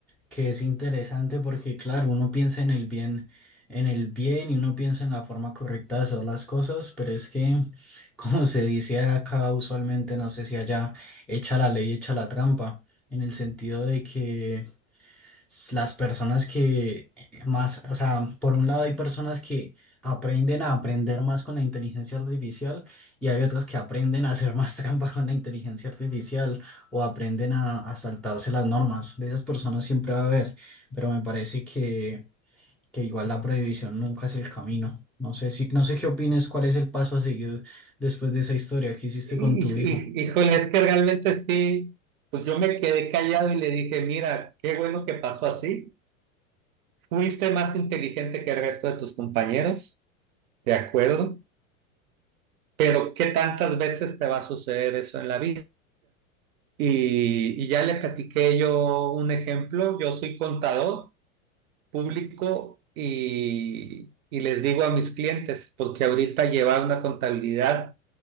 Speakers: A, in the centre; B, on the right (about 80°).
A: que es interesante porque claro, uno piensa en el bien, en el bien y uno piensa en la forma correcta de hacer las cosas, pero es que <laughs> como se dice acá usualmente, no sé si allá, echa la ley, echa la trampa, en el sentido de que s- las personas que eh, más, o sea, por un lado hay personas que aprenden a aprender más con la inteligencia artificial y hay otras que aprenden a hacer más <laughs> trampa con la inteligencia artificial o aprenden a, a saltarse las normas. De esas personas siempre va a haber, pero me parece que, que igual la prohibición nunca es el camino. No sé si, no sé qué opines, cuál es el paso a seguir después de esa historia que hiciste
B: Y,
A: con tu hijo.
B: y- híjole, es que realmente sí, pues yo me quedé callado y le dije, mira, qué bueno que pasó así. Fuiste más inteligente que el resto de tus compañeros, de acuerdo, pero ¿qué tantas veces te va a suceder eso en la vida? Y, y ya le platiqué yo un ejemplo, yo soy contador público y, y les digo a mis clientes, porque ahorita llevar una contabilidad